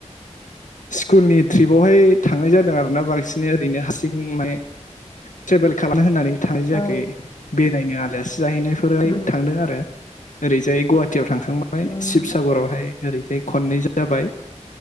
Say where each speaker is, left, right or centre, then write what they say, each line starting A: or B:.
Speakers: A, on the left; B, on the left.
A: स्कुलनि ट्रिपावहाय थांनाय जादों आरो ना बांसिनै ओरैनो हारसिं माने ट्रेभेल खालाम होननानै थां जायाखै
B: औ
A: बेरायनो आलासि जाहैनायफोराय
B: उम
A: थांदों आरो ओरैजाय गव सिटियाव थांखांबाय
B: उम
A: शिबसागरावहाय ओरैजाय खननै जाबाय